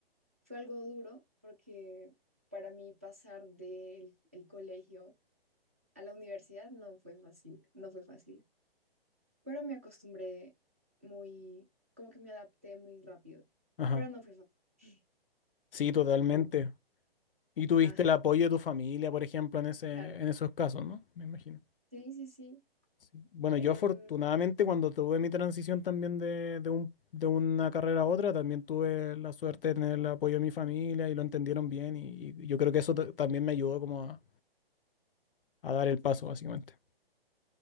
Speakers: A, on the right; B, on the left.
A: Fue algo duro porque para mí pasar del el colegio a la universidad no fue fácil, no fue fácil, pero me acostumbré muy, como que me adapté muy rápido,
B: ajá.
A: pero no fue fácil. <laughs>
B: Sí, totalmente.
A: Porque,
B: Y tuviste
A: ajá,
B: el apoyo de tu familia, por ejemplo, en ese,
A: claro,
B: en esos casos, ¿no? Me imagino.
A: sí, sí, sí.
B: Sí. Bueno,
A: Em,
B: yo afortunadamente cuando tuve mi transición también de, de un, de una carrera a otra, también tuve la suerte de tener el apoyo de mi familia y lo entendieron bien y, y yo creo que eso ta- también me ayudó como a, a dar el paso, básicamente.